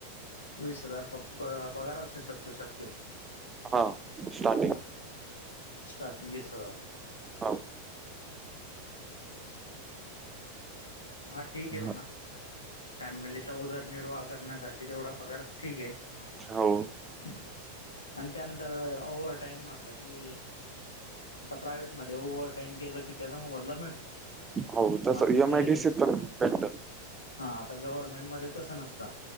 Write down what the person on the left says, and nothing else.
वीस हजार प प पगार असू शकतो शक्यत
हाय मग, स्टार्टिंग वीस हजार.
हा, ठीक आहे म्हणा,
फॅमिलीचा उदरनिर्वाह करण्यासाठी ते तेवढा पगार ठीक आहे.
अन त्यानंतर ओव्हर टाईम म्हटलं की आता प्रायव्हेट मध्ये ओवर टाइम केलं की त्याचा मोबदला मिळतो.
बाकी
ते
हा, आता गव्हर्नमेंट मध्ये तसं नसतं.